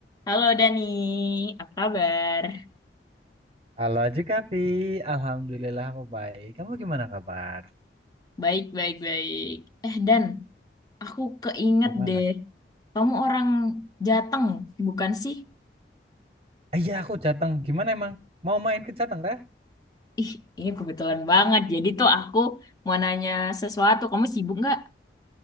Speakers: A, on the left; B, on the right.
A: Halo Dani, apa kabar?
B: Halo Jikapi, Alhamdulillah aku baik. Kamu gimana kabar?
A: Baik, baik, baik. Eh Dan, aku keinget
B: Gimana?
A: deh, kamu orang Jateng, bukan sih?
B: Ah, Iya aku Jateng. Gimana emang? Mau main ke Jateng teh?
A: Ih, ini kebetulan banget. Jadi tuh aku mau nanya sesuatu, kamu sibuk nggak?